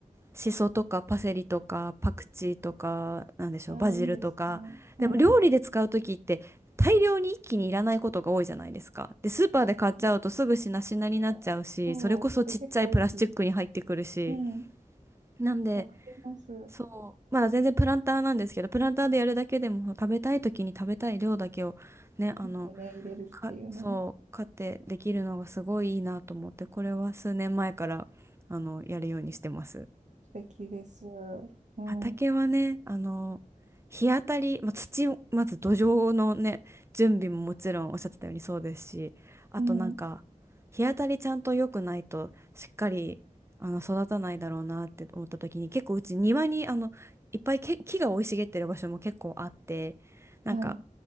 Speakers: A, on the right; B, on the right.
A: シソとかパセリとかパクチーとか、なんでしょう、
B: ああ、
A: バジルとか。
B: いいですね。
A: でも料理で使う時って大量に一気にいらないことが多いじゃないですか。
B: うん。
A: で、スーパーで買っちゃうとすぐしなしなになっちゃうし、
B: 確かに。そう。
A: それこそちっちゃいプラスチックに入ってくるし。
B: で、結構美味しい。うん。
A: なんで、
B: わかります。
A: そう、まだ全然プランターなんですけど、プランターでやるだけでも食べたい時に食べたい量だけをね、あの、
B: 切ってね、入れるっていうのも
A: か、そう、買ってできるのがすごいいいなと思って、これは数年前から、あの、やるようにしてます。
B: 素敵です。うん。
A: 畑はね、
B: う
A: あの、日当たり、まあ、土を、まず土壌のね、準備ももちろんおっしゃってたようにそうですし、あとなんか、
B: ん。
A: 日当たりちゃんと良くないと、しっかり、あの、育たないだろうなって思った時に、結構うち庭に、あの、いっぱいけ木が生い茂ってる場所も結構あって、
B: はい。
A: なんか、